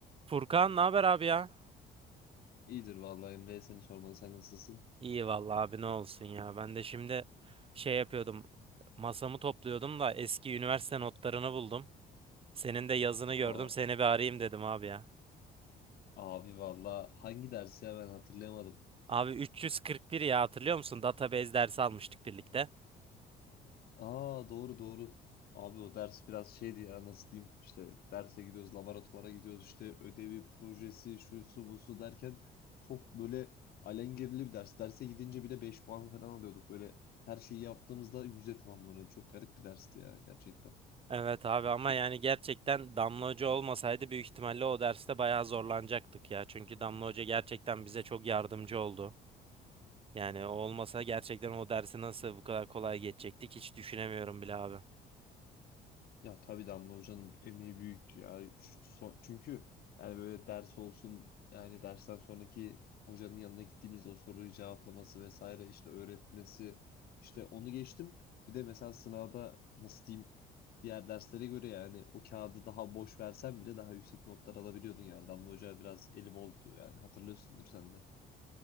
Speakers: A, on the right; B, on the left.
A: Furkan ne haber abi ya?
B: İyidir vallahi Emre seni sormalı sen nasılsın?
A: İyi vallahi abi ne olsun ya. Ben de şimdi şey yapıyordum. Masamı topluyordum da eski üniversite notlarını buldum. Senin de yazını gördüm.
B: Aa
A: Seni bir arayayım dedim abi ya.
B: abi vallahi hangi ders ya ben hatırlayamadım.
A: Abi 341 ya hatırlıyor musun? Database dersi almıştık birlikte.
B: Aa doğru doğru. Abi o ders biraz şeydi ya nasıl diyeyim işte derse gidiyoruz laboratuvara gidiyoruz işte ödevi projesi şu su bu su derken çok böyle alengirli bir ders. Derse gidince bile 5 puan falan alıyorduk böyle her şeyi yaptığımızda 100'e tamamlanıyordu. Çok garip bir dersti ya gerçekten.
A: Evet abi ama yani gerçekten Damla Hoca olmasaydı büyük ihtimalle o derste bayağı zorlanacaktık ya. Çünkü Damla Hoca gerçekten bize çok yardımcı oldu. Yani o olmasa gerçekten o dersi nasıl bu kadar kolay geçecektik hiç düşünemiyorum bile abi.
B: Ya tabii Damla Hoca'nın emeği büyüktü ya. Şu- son- Çünkü yani böyle ders olsun yani dersten sonraki hocanın yanına gittiğimizde o soruyu cevaplaması vesaire işte öğretmesi işte onu geçtim. Bir de mesela sınavda nasıl diyeyim diğer derslere göre yani o kağıdı daha boş versen bile daha yüksek notlar alabiliyordun yani. Damla Hoca biraz eli boldu yani hatırlıyorsundur sen de.